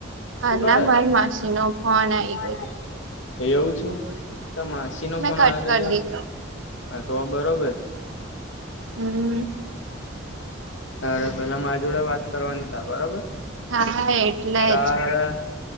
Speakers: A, on the left (about 70°); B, on the right (about 75°).
A: શું
B: આના
A: કરે
B: માર
A: છે?
B: માસી નો આઈ
A: ફોન
B: ગયેલો
A: આયો તો. એવું છે તમા સી નો
B: મેં
A: ફોન
B: કટ
A: આવ હતો
B: કરી દીધો
A: હા તો બરોબર.
B: હમ્મ.
A: અરે પેલા મારી જોડે વાત કરવાની ત બરોબર.
B: હા એટલે
A: તારે
B: જ